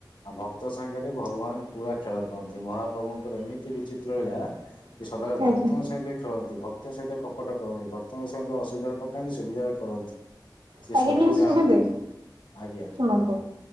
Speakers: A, on the left; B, on the right.
A: ଆଉ ଭକ୍ତ ସାଙ୍ଗରେ ଭଗବାନ
B: ଆଜ୍ଞା
A: ପୁରା ଖେଳ କରନ୍ତି। ମହାପ୍ରଭୁଙ୍କର ଏମିତି ବିଚିତ୍ର ଲୀଳା ସେ ସଦାବେଳେ ଭକ୍ତଙ୍କ ସାଙ୍ଗେ ଖେଳନ୍ତି ଭକ୍ତଙ୍କ ସହିତ କପଟ କରନ୍ତି। ଭକ୍ତଙ୍କ ସାଙ୍ଗେ ସହ ଅସୁବିଧାରେ ପକାନ୍ତି ସୁବିଧାରେ କରନ୍ତି। ସେ
B: ଆଜ୍ଞା
A: ସବୁ
B: ଟିକେ
A: ଜାଣନ୍ତି
B: ଶୁଣିବେ
A: ଆଜ୍ଞା।
B: ଶୁଣନ୍ତୁ